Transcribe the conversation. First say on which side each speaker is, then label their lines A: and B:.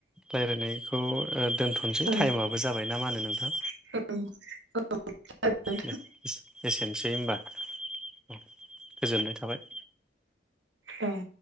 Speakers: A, in the centre; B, on the right.
A: रायज्लायनायखौ खौ दोनथ'नोसै
B: ओं
A: टाइमाबो जाबाय ना मा होनो नोंथां
B: <unintelligible>
A: दे एसेनोसै होनोमबा औ गोजोननाय थाबाय
B: औ